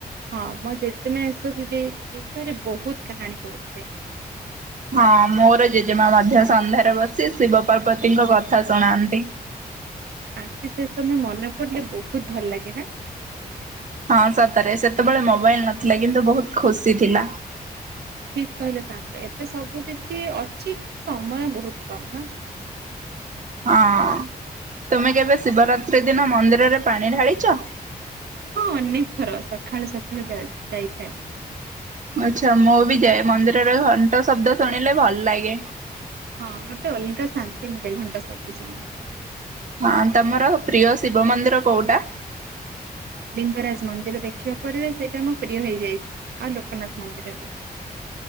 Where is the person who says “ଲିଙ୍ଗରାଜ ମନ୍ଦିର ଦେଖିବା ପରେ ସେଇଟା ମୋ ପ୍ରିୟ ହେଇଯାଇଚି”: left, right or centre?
Right